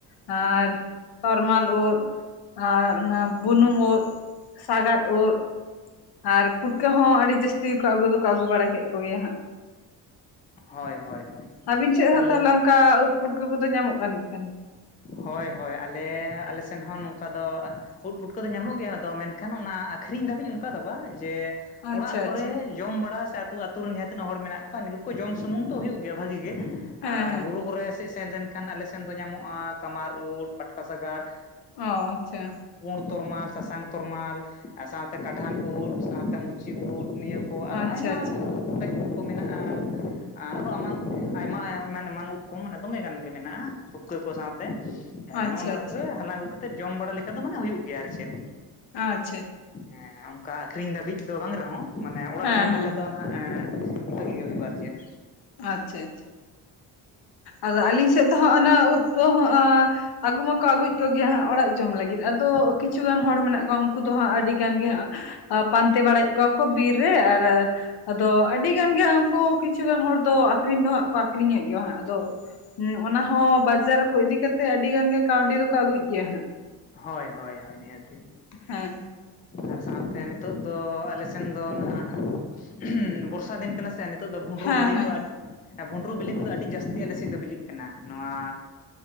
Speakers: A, on the left; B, on the left.
A: ᱟᱨ ᱛᱚᱨᱢᱟᱞ ᱩᱫ ᱟᱨ ᱚᱱᱟ ᱵᱩᱱᱩᱢ ᱩᱫ ᱥᱟᱜᱟᱫᱽ ᱩᱫ ᱟᱨ ᱯᱩᱴᱠᱟᱹ ᱦᱚᱸ ᱟᱹᱰᱤ ᱡᱟᱹᱥᱛᱤ ᱜᱮᱠᱚ ᱟᱹᱜᱩ ᱫᱚᱠᱚ ᱟᱹᱜᱩ ᱵᱟᱲᱟ ᱠᱮᱜ ᱠᱚᱜᱮᱭᱟ ᱦᱟᱸᱜ᱾
B: ᱦᱳᱭ ᱦᱳᱭ ᱦᱳᱭ
A: ᱟᱹᱵᱤᱱ ᱥᱮᱜ ᱦᱚᱸ
B: ᱟᱞ
A: ᱛᱟᱦᱚᱞᱮ ᱚᱱᱠᱟ ᱩᱫ ᱯᱩᱴᱠᱟᱹ ᱠᱚᱫᱚ ᱧᱟᱢᱚᱜ ᱠᱟᱱ ᱠᱟᱱ
B: ᱦᱳᱭ ᱦᱳᱭ ᱟᱞᱮ ᱟᱞᱮ ᱥᱮᱱ ᱦᱚᱸ ᱱᱚᱝᱠᱟ ᱫᱚ ᱩᱫ ᱯᱩᱴᱠᱟᱹ ᱫᱚ ᱧᱟᱢᱚᱜ ᱜᱮᱭᱟ ᱟᱫᱚ ᱢᱮᱱᱠᱷᱟᱱ ᱚᱱᱟ ᱟᱹᱠᱷᱨᱤᱧ ᱫᱷᱟᱹᱵᱤᱜ ᱚᱱᱠᱟ ᱵᱟᱝ ᱡᱮ
A: ᱟᱪᱪᱷᱟ
B: ᱚᱲᱟᱜ ᱠᱚᱨᱮ,
A: ᱟᱪᱪᱷᱟ
B: ᱡᱚᱢ ᱵᱟᱲᱟ ᱥᱮ ᱟᱹᱛᱩ ᱟᱹᱛᱩ ᱨᱮᱱ ᱡᱟᱦᱟᱸ ᱛᱤᱱᱟᱹᱜ ᱦᱚᱲ ᱢᱮᱱᱟᱜ ᱠᱚᱣᱟ ᱱᱩᱠᱩ ᱠᱚ ᱡᱚᱢ ᱥᱩᱢᱩᱝ ᱫᱚ ᱦᱩᱭᱩᱜ ᱜᱮᱭᱟ ᱵᱷᱟᱹᱜᱤ ᱜᱮ᱾ ᱟᱨ
A: ᱦᱮᱸ ᱦᱮᱸ
B: ᱵᱩᱨᱩ ᱠᱚᱨᱮ ᱥᱮᱜ ᱥᱮᱱ ᱞᱮᱱᱠᱷᱟᱱ ᱟᱞᱮ ᱥᱮᱱ ᱫᱚ ᱧᱟᱢᱚᱜᱼᱟ ᱠᱟᱢᱟᱨ ᱩᱫ ᱯᱟᱴᱠᱟ ᱥᱟᱜᱟᱫ
A: ᱚᱸ ᱟᱪᱪᱷᱟ᱾
B: ᱯᱩᱲ ᱛᱚᱨᱢᱟᱞ, ᱥᱟᱥᱟᱝ ᱛᱚᱨᱢᱟᱞ ᱟᱨ ᱥᱟᱶᱛᱮ ᱠᱟᱰᱷᱟᱱ ᱩᱫ, ᱥᱟᱶᱛᱮ ᱢᱩᱪᱤ ᱩᱫ ᱱᱤᱭᱟᱹ ᱠᱚ ᱟᱨᱚ
A: ᱟᱪᱪᱷᱟ
B: ᱟᱭᱢᱟ
A: ᱟᱪᱪᱷᱟ
B: ᱠᱚᱴᱮᱡ ᱩᱫ ᱠᱚ ᱢᱮᱱᱟᱜᱼᱟ᱾ ᱟᱨᱚ ᱮᱢᱟᱱ ᱟᱭᱢᱟ ᱮᱢᱟᱱ ᱮᱢᱟᱱ ᱩᱫ ᱠᱚ ᱢᱟᱱᱮ ᱫᱚᱢᱮ ᱜᱟᱱ ᱜᱮ ᱢᱮᱱᱟᱜᱼᱟ, ᱯᱩᱴᱠᱟᱹ ᱠᱚ ᱥᱟᱶ ᱛᱮ ᱮᱸ
A: ᱟᱪᱪᱷᱟ
B: ᱱᱚᱜᱼᱚᱱᱟ
A: ᱟᱪᱪᱷᱟ
B: ᱠᱚᱜᱮ ᱦᱟᱞᱟᱝ ᱟᱹᱜᱩ ᱠᱟᱛᱮᱜ ᱡᱚᱢ ᱵᱟᱲᱟ ᱞᱮᱠᱟ ᱫᱚ ᱢᱟᱱᱮ ᱦᱩᱭᱩᱜ ᱜᱮᱭᱟ ᱟᱨ ᱪᱮᱫ᱾
A: ᱟᱪᱪᱷᱟᱪ᱾
B: ᱦᱮᱸ ᱚᱱᱠᱟ ᱟᱠᱷᱨᱤᱧ ᱫᱷᱟᱹᱵᱤᱜ ᱫᱚ ᱵᱟᱝ ᱨᱮᱦᱚᱸ ᱢᱟᱱᱮ ᱚᱲᱟᱜ
A: ᱦᱮᱸ
B: ᱡᱚᱢ
A: ᱦᱮᱸ
B: ᱞᱮᱠᱟ ᱫᱚ ᱮᱸ ᱵᱷᱟᱹᱜᱤ ᱦᱩᱭ ᱦᱩᱭᱩᱜᱼᱟ ᱟᱨ ᱪᱮᱫ᱾
A: ᱟᱪᱪᱷᱟ ᱟᱪᱪᱷᱟ, ᱟᱫᱚ ᱟᱞᱤᱧ ᱥᱮᱜ ᱫᱚ ᱦᱚᱸᱜ ᱚᱱᱟ ᱩᱫ ᱠᱚᱦᱚᱸ ᱟᱹᱜᱩ ᱢᱟᱠᱚ ᱟᱹᱜᱩᱭᱮᱜ ᱠᱚᱜᱮᱭᱟ ᱦᱟᱸᱜ ᱚᱲᱟᱜ ᱡᱚᱢ ᱞᱟᱹᱜᱤᱫ ᱟᱫᱚ ᱠᱤᱪᱷᱩᱜᱟᱱ ᱦᱚᱲ ᱢᱮᱱᱟᱜ ᱠᱚᱣᱟ ᱩᱱᱠᱩ ᱫᱚ ᱦᱟᱸᱜ ᱟᱹᱰᱤ ᱜᱟᱱ ᱜᱮ ᱦᱟᱸᱜ ᱟᱸ ᱯᱟᱱᱛᱮ ᱵᱟᱲᱟᱭᱮᱜ ᱠᱚᱣᱟ ᱠᱚ ᱵᱤᱨ ᱨᱮ ᱟᱨ ᱟᱫᱚ ᱟᱹᱰᱤ ᱜᱟᱱ ᱜᱮ ᱩᱱᱠᱩ ᱠᱤᱪᱷᱩᱜᱟᱱ ᱦᱚᱲ ᱫᱚ ᱟᱹᱠᱷᱨᱤᱧ ᱫᱚ ᱦᱟᱸᱜ ᱠᱚ ᱟᱹᱠᱷᱨᱤᱧᱮᱜ ᱜᱮᱭᱟ ᱦᱟᱸᱜ ᱟᱫᱚ, ᱦᱮᱸ ᱚᱱᱟ ᱦᱚᱸ ᱵᱟᱡᱟᱨ ᱠᱚ ᱤᱫᱤ ᱠᱟᱛᱮᱜ ᱟᱹᱰᱤ ᱜᱟᱱ ᱜᱮ ᱠᱟᱹᱣᱰᱤ ᱫᱚᱠᱚ ᱟᱹᱜᱩᱭᱮᱜ ᱜᱮᱭᱟ ᱦᱟᱸᱜ᱾
B: ᱦᱳᱭ ᱦᱳᱭ ᱦᱳᱭ ᱱᱤᱦᱟᱹᱛᱤ᱾
A: ᱦᱮᱸ
B: ᱟᱨ ᱥᱟᱶᱛᱮ ᱱᱤᱛᱚᱜ ᱫᱚ ᱟᱞᱮ ᱥᱮᱱ ᱫᱚ ᱱᱟᱦᱟᱸᱜ ᱵᱚᱨᱥᱟ ᱫᱤᱱ ᱠᱟᱱᱟ ᱥᱮ ᱱᱤᱛᱚᱜ ᱫᱚ ᱵᱷᱩᱸᱰᱨᱩ
A: ᱦᱮᱸ
B: ᱵᱤᱞᱤ
A: ᱦᱮᱸ
B: ᱠᱚ ᱮ ᱵᱷᱩᱸᱰᱨᱩ ᱵᱤᱞᱤ ᱠᱚᱫᱚ ᱟᱹᱰᱤ ᱡᱟᱹᱥᱛᱤ ᱟᱞᱮ ᱥᱮᱜ ᱫᱚ ᱵᱤᱞᱤᱜ ᱠᱟᱱᱟ, ᱱᱚᱣᱟ